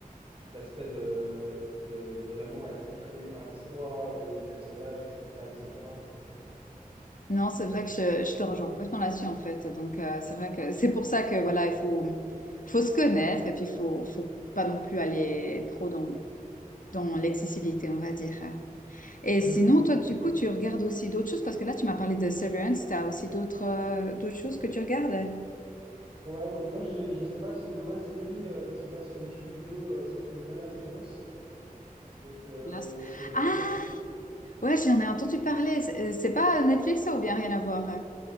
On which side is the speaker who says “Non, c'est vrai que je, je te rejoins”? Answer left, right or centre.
Left